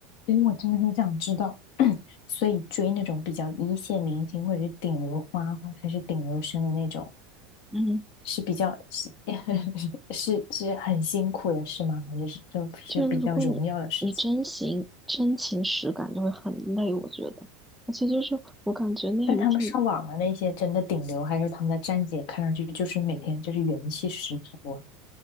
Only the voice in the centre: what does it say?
嗯，
就是如果你你真情真情实感，就会很累，我觉得。而且就是我感觉内娱挺